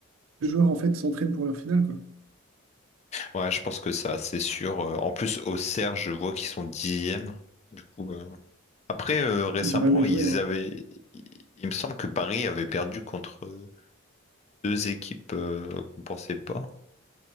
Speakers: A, on the right (about 80°); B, on the left (about 30°).
A: joueurs en fait s'entraînent pour leur finale, quoi.
B: Ouais, je pense que ça, c'est sûr. Euh, En plus, au Serre, je vois qu'ils sont dixièmes. Du coup, bah, après, euh, récemment,
A: Ils ont rien à jouer,
B: ils
A: hein.
B: avaient. Il il me semble que Paris avait perdu contre euh, deux équipes euh, qu'on pensait pas.